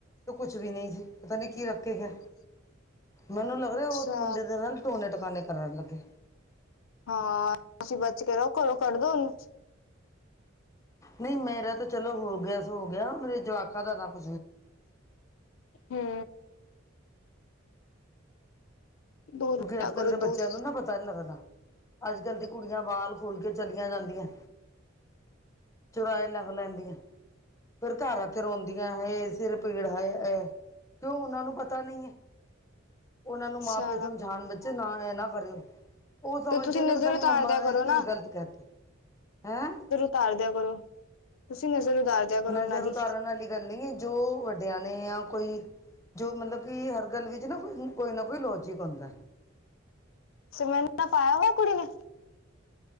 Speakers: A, on the left; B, on the left.
A: ਤੂ ਕੁਛ ਵੀ ਨਈ ਸੀ ਪਤਾ ਨੀ ਕੀ ਰੱਖ ਕੇ ਗਿਆ। ਮੈਨੂੰ ਲੱਗ
B: ਅੱਛਾ
A: ਰਿਆ ਉਸ ਮੁੰਡੇ ਦੇ ਨਾਲ ਟੋਨੇ ਟਕਾਨੇ ਕਰਨ ਲੱਗੇ।
B: ਹਾਂ, ਤੁਸੀਂ ਬਚ ਕੇ ਰਹੋ ਕਰੋ ਕੱਢ ਦੋ ਓਨੁ।
A: ਨਈ ਮੇਰਾ ਤਾਂ ਚਲੋ ਹੋ ਗਿਆ ਸੌ ਹੋ ਗਿਆ ਮੇਰੇ ਜਵਾਕਾਂ ਦਾ ਨਾ ਰਬ
B: ਹੂੰ। ਦੂਰ
A: ਕਿਉਂਕਿ
B: ਰਿਹਾ
A: ਅੱਜ ਕੱਲ
B: ਕਰੋ
A: ਦੇ ਬੱਚਿਆਂ
B: ਦੂਰ
A: ਨੂੰ ਨਾ ਪ ਤਾ ਨੀ ਲੱਗਦਾ ਅੱਜ ਕੱਲ ਦੀ ਕੁੜੀਆਂ ਵਾਲ ਖੋਲ ਕੇ ਚੱਲੀਆਂ ਜਾਂਦੀਆ। ਚੁਰਾਏ ਲੰਘ ਲੈਦੀਆਂ, ਫਿਰ ਘਰ ਆ ਕੇ ਰੋਂਦੀਆਂ। ਹਾਏ ਸਿਰ ਪੀੜ ਹਾਏ ਐ ਕਿਉਂ ਉਹਨਾਂ ਨੂੰ ਪਤਾ ਨਈ ਐ ਉਹਨਾਂ
B: ਅੱਛਾ
A: ਨੂੰ ਮਾਂਪ ਬੱਚੇ ਨਾ ਐ ਨਾ ਕਰਿਓ। ਉਹ ਸਮਝਦੇ
B: ਤੇ ਤੁਸੀਂ
A: ਨੇ
B: ਨਜ਼ਰ
A: ਪਤਾ ਨੀ
B: ਉਤਾਰ
A: ਮੰਮਾ
B: ਦਿਆ
A: ਨੇ
B: ਕਰੋ
A: ਕੀ
B: ਨਾ
A: ਗ਼ਲਤ ਕੈ ਤਾ ਹੈਂ।
B: ਤਾਰਦਿਆਂ ਕਰੋ ਤੁਸੀਂ ਨਜ਼ਰ ਨੂੰ ਉਤਾਰ ਦਿਆ ਕਰੋ
A: ਨਜ਼ਰ
B: ਉਹਨਾਂ ਦੀ
A: ਉਤਾਰਨ ਆਲੀ ਗੱਲ ਨਈ ਐ ਜੋ ਵੱਡਿਆਂ ਨੇ ਯਾ ਕੋਈ ਜੋ ਮਤਲਬ ਕਿ ਹਰ ਗੱਲ ਵਿੱਚ ਨਾ ਕੋਈ, ਕੋਈ ਨਾ ਕੋਈ ਲੋਜਿਕ ਹੁੰਂਦਾ।
B: ਸੁਰਮਾ ਵੀ ਤਾ ਪਾਆ ਹੋਆ ਕੁੜੀ ਨੇ।